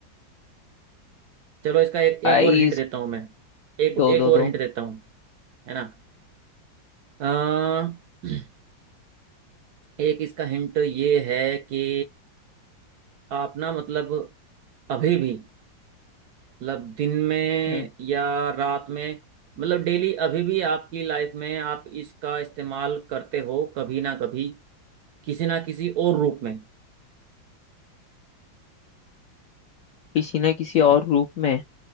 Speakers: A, on the right; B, on the left.
A: चलो इसका एक
B: भाई
A: एक और हिंट
B: इस
A: देता हूँ मैं एक
B: दो
A: एक
B: दो
A: और
B: दो
A: हिंट देता हूँ है ना अ, <clears throat> एक इसका हिंट ये है कि आप ना मतलब अभी भी मतलब दिन में
B: हम्म
A: या रात में मतलब डेली अभी भी आपकी लाइफ में आप इसका इस्तेमाल करते हो कभी ना कभी किसी ना किसी और रूप में
B: किसी ना किसी
A: ठीक
B: और
A: है
B: रूप में